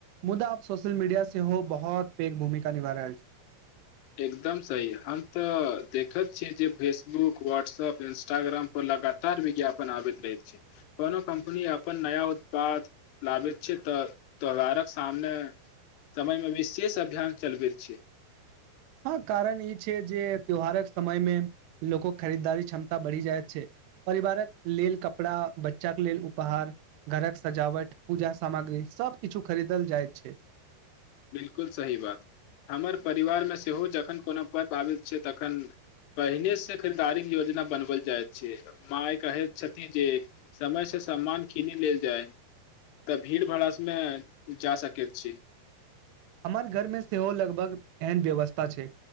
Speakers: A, on the right; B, on the left.
A: मुदा आब सोशल मीडिया सेहो बहुत पैघ भूमिका निभा रहल छै
B: एकदम सही हम तऽ देखैत छियै जे फेसबुक व्हाट्सअप इंस्टाग्राम ओ लगातार विज्ञापन आबैत रहैत छै कोनो कम्पनी अपन नया उत्पाद लाभेच्छित त्योहारक सामने समय में विशेष अभियान चलबे छीय
A: हँ कारण ई छै जे त्यौहारक समयमे लोकोक खरीदारी क्षमता बढ़ी जाएत छै परिवारक लेल कपड़ा बच्चा के लेल उपहार घरक सजावट पूजा सामग्री सब किछु खरीदल जाइत छै
B: बिलकुल सही बात हमर परिवारमे सेहो जखन कोनो पर्व आबैत छै तखन पहिने से खरीदारीक योजना बनवल जाइत छै माय कहैत छथिन जे समय से सामान कीनी लेल जाय त भीड़ भड़ासमे जा सकैत छी
A: हमर घर मे सेहो लगभग एहन व्यवस्था छै